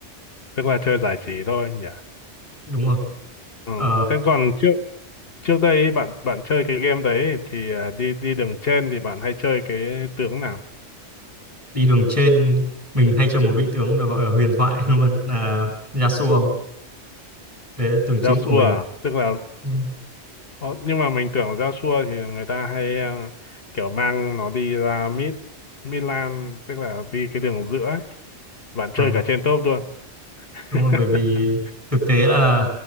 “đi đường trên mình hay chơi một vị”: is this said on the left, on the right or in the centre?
Right